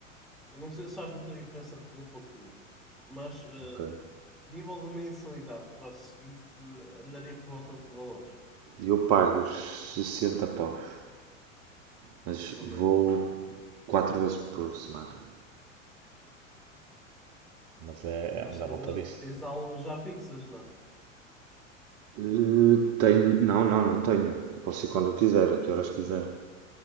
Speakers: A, in the centre; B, on the right (about 40°).
A: Eu não sei se faz muita diferença de clube para clube, mas eh,
B: ok,
A: a nível de mensalidade de CrossFit eh, andaria por volta de que valores
B: eu pago os 60 paus, mas
A: por
B: vou
A: mês?
B: 4 vezes por semana. Mas é
A: Mas
B: andar
A: tens,
B: à volta
A: a-
B: disso.
A: tens aulas já fixas, não? é?
B: Eh, tenho, não, não, não tenho. Posso ir quando eu quiser, a que horas quiser.